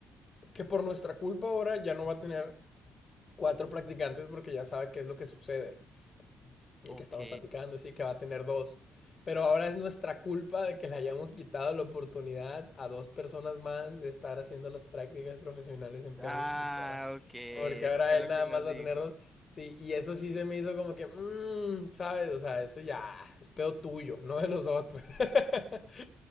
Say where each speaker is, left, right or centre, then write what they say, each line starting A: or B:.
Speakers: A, on the left; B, in the centre.
A: que por nuestra culpa ahora ya no va a tener cuatro practicantes porque ya sabe qué es lo que sucede. y
B: Ok.
A: que estamos platicando, y sí, que va a tener dos. Pero ahora es nuestra culpa de que le hayamos quitado la oportunidad a dos personas más de estar haciendo las prácticas profesionales en Pemex,
B: Ah,
A: porque ahora,
B: ok. Eso
A: porque ahora
B: fue
A: él
B: lo
A: nada
B: que
A: más
B: nos
A: va
B: dijo.
A: a tener dos. Sí, y eso sí se me hizo como que, mm, ¿sabes? O sea, eso ya es pedo tuyo, no de nosotros. <laughs>